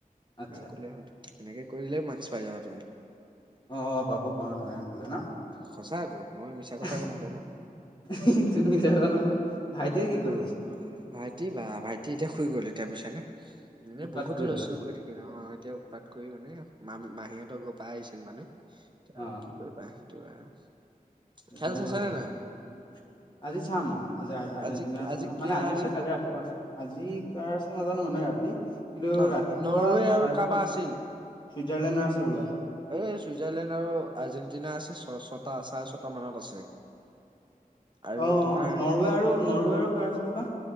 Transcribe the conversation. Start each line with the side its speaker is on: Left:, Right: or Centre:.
Left: আচ্ছা
Right: ন এনেকে ক'লে হ'ল তুমি, সেনেকে কৰি দিলে মাৰ্কচ পাই যাবা তুমি',
Left: অ', - অ', পাব পাৰোঁ তেনেকে খোলে ন,
Right: সঁচা আকৌ মই মিছা কথা
Left: উহুম',
Right: একো নকওঁ নহয়।
Left: হুহুহু', তুমি মিছা কথা নকবা, ভাইটিয়ে কি
Right: অ',
Left: কৰি আছে?
Right: ভাইটি বা ভাইটি এতিয়া শুই গ'ল এতিয়া বুইছা নে, এনে
Left: উৎপাত
Right: বহুত হুলস্থুল
Left: পেলাইছে
Right: কৰি থাকে', কেতিয়া অ', এতিয়া উৎপাত কৰি মানে, মামী-মাহীহঁতৰ ঘৰৰ পাই আহিছিল মানে, এতিয়া
Left: অ
Right: আৰু কি? কি কৰিবা সেইটো আৰু',
Left: এইটো
Right: খেল চাইছা
Left: হয় বাৰু
Right: নে নাই?
Left: তেন্তে, আজি চাম', আজাৰ - আৰ্জেণ্টিনাৰ
Right: আজি
Left: আছে নহয়
Right: কি
Left: মানে
Right: আহা
Left: আজি
Right: আছে
Left: মানে কালি ৰাতিপুৱা আছে আজি কাৰ আছে নাজানোঁ মানে ৰাতি', কিন্তু
Right: অ',
Left: ৰাতিপুৱা
Right: নৰৱে
Left: চ',
Right: আৰু
Left: - চাৰে
Right: কাৰোবাৰ
Left: ছটা অ',
Right: আছিল।
Left: চুইজাৰলেণ্ডৰ আছে বোলে',
Right: এই চুইজাৰলেণ্ড আৰু আৰ্জেণ্টিনা আছে ছয়- ছটা- চাৰে ছটা মানত আছে', আৰু
Left: অহ',
Right: তোমাৰ
Left: নৰৱে আৰু নৰৱে আৰু কাৰ আছিল বা?